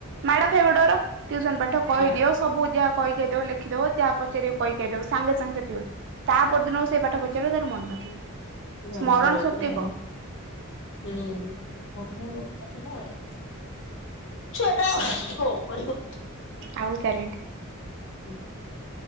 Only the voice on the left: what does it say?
ହଁ
ମନ
ରହୁନି
ଆଉ
ହୁଁ ମନେ ରୋହୁନି ପାଠଟା ଆଉ। ଛୁଆଟା <unintelligible> ପଢିବ।
ହୁଁ।